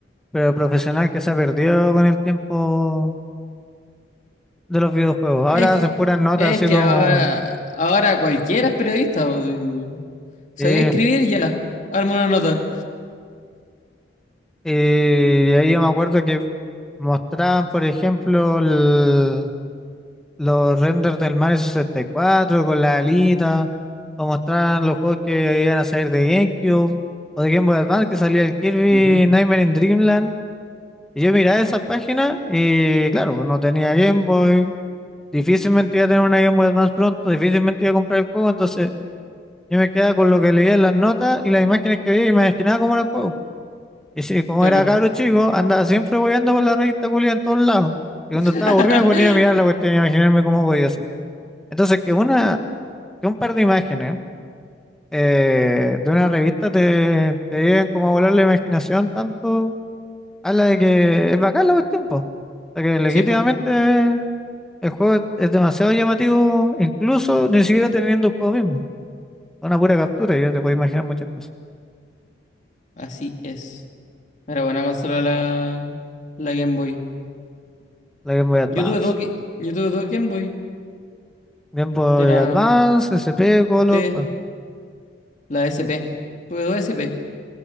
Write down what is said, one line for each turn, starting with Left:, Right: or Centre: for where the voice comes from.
Centre: pero profesional que se ha perdido con el tiempo de los videojuegos.
Left: Es
Centre: Ahora hacen
Left: que,
Centre: puras notas
Left: es
Centre: así
Left: que
Centre: como...
Left: ahora, ahora cualquiera es periodista. o si sabía
Centre: Sí,
Left: escribir ya. Arma una nota.
Centre: y ahí yo me acuerdo que mostraban, por ejemplo, el- los renders del Mario 64 con la alita, o mostraban los juegos que iban a salir de GameCube, o de Game Boy Advance, que salía el Kirby
Left: Ujú,
Centre: Nightmare in Dreamland. Y yo miraba esa página y, claro, no tenía Game Boy, difícilmente iba a tener una Game Boy Advance pronto, difícilmente iba a comprar el juego, entonces yo me quedaba con lo que leía en las notas y las imágenes que veía y me imaginaba cómo era el juego. Y sí, como
Left: claro.
Centre: era cabro chico, andaba siempre bobeando con la revista culia en todos lados. Y cuando
Left: <laughs>
Centre: estaba aburrido me ponía a mirar la cuestión y a imaginarme cómo podía ser. Entonces, que una, que un par de imágenes eh, de una revista te, te lleven como a volar la imaginación tanto, a la de que es bacán la cuestión, po. O sea, que legítimamente
Left: Sí, pues,
Centre: el juego es, es demasiado llamativo, incluso ni siquiera teniendo el juego mismo. Es Una pura captura, y ya te puedes imaginar muchas cosas.
Left: así es. Era buena consola la, la Game Boy.
Centre: La Game Boy Advance.
Left: Yo tuve dos, Gui- yo tuve dos Game Boy.
Centre: Game Boy
Left: Era,
Centre: Advance, SP, Color,
Left: sí,
Centre: ¿cuál?
Left: la SP. Tuve dos SP.